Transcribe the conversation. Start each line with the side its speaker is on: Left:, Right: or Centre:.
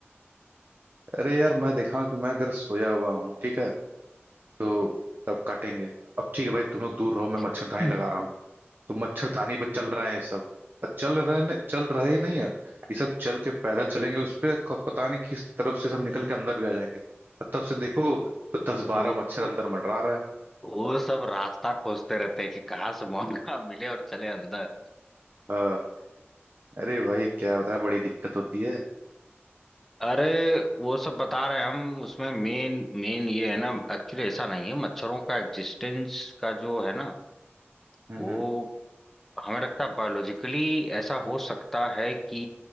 Right: अरे यार मैं देखा कि मैं अगर सोया हुआ हूँ ठीक है तो तब काटेंगे अब ठीक है भाई तुम लोग दूर रहो मैं मच्छरदानी
Centre: जाए
Right: लगा रहा हूँ तो मच्छरदानी पे चल रहा है ये सब और चल रहे चल रहे ही नहीं है ये सब चल के पैदल चलेंगे उस पे क- पता नहीं किस तरफ से सब निकल के अंदर भी आ जाएंगे और तब से देखो तो दस बारह
Centre: वो
Right: मच्छर अंदर मंडरा रहे हैं
Centre: वो सब रास्ता खोजते रहते हैं कि कहाँ से मौका मिले और चले अंदर
Right: हाँ, अरे भाई क्या बताएं बड़ी दिक्कत होती है
Centre: अरे वो सब बता रहे हैं हम उसमें मेन मेन ये है ना एक्चुअली ऐसा नहीं है मच्छरों का एग्जिस्टेंस का जो है ना
Right: हम्म
Centre: वो
Right: हम्म
Centre: हमें लगता है बायोलॉजिकली ऐसा हो सकता है कि